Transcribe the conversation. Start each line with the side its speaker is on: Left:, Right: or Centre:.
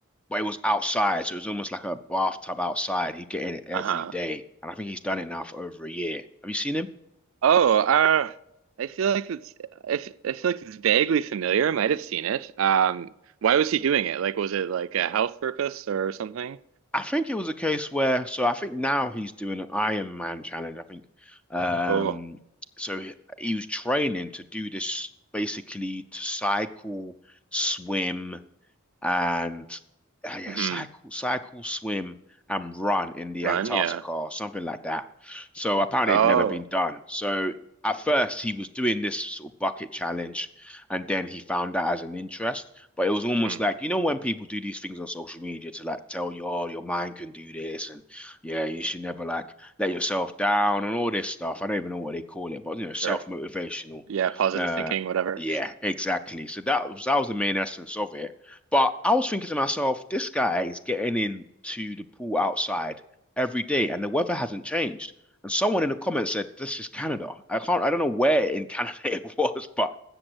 Centre: but it was outside. So it was almost like a bathtub outside. He'd get in it every
Right: Uh-huh.
Centre: day. And I think he's done it now for over a year. Have you seen him?
Right: Oh, uh, I feel like it's I, f I feel like it's vaguely familiar. I might have seen it. Um, why was he doing it? Like, was it like a health purpose or something?
Centre: I think it was a case where, so I think now he's doing an Iron Man challenge. I think, um,
Right: Oh,
Centre: so he, he was training to do this basically to cycle, swim, and uh, yeah,
Right: mm-hmm.
Centre: cycle, cycle, swim, and run in the
Right: Run,
Centre: Antarctica
Right: yeah.
Centre: or something like that. So apparently,
Right: Oh,
Centre: it'd never been done. So at first, he was doing this sort of bucket challenge, and then he found that as an interest. But it was almost
Right: mm-hmm.
Centre: like you know when people do these things on social media to like tell you, oh, your mind can do this, and yeah, you should never like let yourself down and all this stuff. I don't even know what they call it, but you know, self-motivational.
Right: Sure. Yeah, positive
Centre: Uh,
Right: thinking, whatever.
Centre: yeah, exactly. So that was that was the main essence of it. But I was thinking to myself, this guy is getting in to the pool outside every day, and the weather hasn't changed. And someone in the comments said, "This is Canada." I can't, I don't know where in Canada <laughs> it was, but